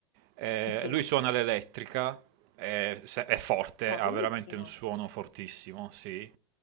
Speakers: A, on the right (about 50°); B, on the left (about 55°).
A: Eh,
B: Ok,
A: lui suona l'elettrica, è, se- è forte,
B: ma
A: ha
B: bellissimo.
A: veramente un suono fortissimo, sì.